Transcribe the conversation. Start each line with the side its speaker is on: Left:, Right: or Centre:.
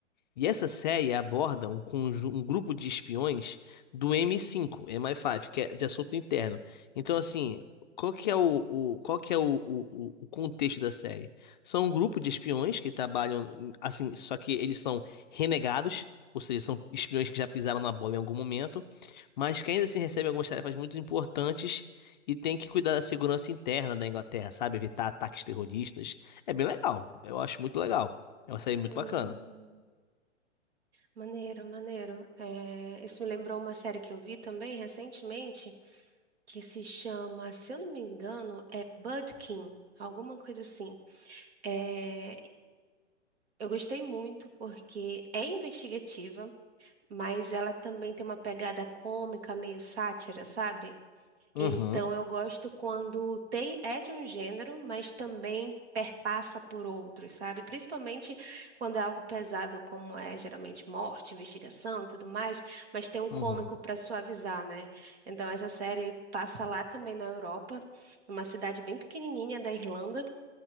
Left: E essa série aborda um, conju- um grupo de espiões do M5, MI5, que é de assunto interno. Então, assim, qual que é o, o- qual que é o, o- o- o contexto da série? São um grupo de espiões que trabalham, em- assim, só que eles são renegados, ou seja, são espiões que já pisaram na bola em algum momento, mas que ainda assim recebem algumas tarefas muito importantes e tem que cuidar da segurança interna da Inglaterra, sabe? Evitar ataques terroristas. É bem legal, eu acho muito legal. É uma série muito
Right: Hum,
Left: bacana.
Right: maneiro, maneiro. É, isso me lembrou uma série que eu vi também recentemente que se chama, se eu não me engano, é Budkin. Alguma coisa assim. É, eu gostei muito porque é investigativa, mas ela também tem uma pegada cômica, meio sátira, sabe?
Left: Uhum,
Right: Então eu gosto quando tem é de um gênero, mas também perpassa por outros, sabe? Principalmente quando é algo pesado, como é geralmente morte, investigação e tudo mais, mas tem um cômico
Left: uhum,
Right: para suavizar, né? Então essa série passa lá também na Europa, numa cidade bem pequenininha da Irlanda.